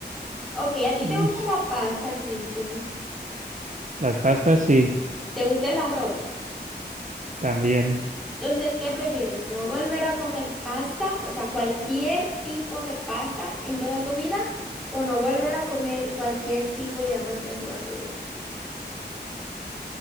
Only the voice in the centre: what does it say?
Ok, ¿a ti
te gusta la pasta, Cristian?
¿Te gusta el arroz?
Entonces, ¿qué prefieres? ¿No volver a comer pasta, o sea, cualquier tipo de pasta en toda tu vida, o no volver a comer cualquier tipo de arroz en toda tu vida?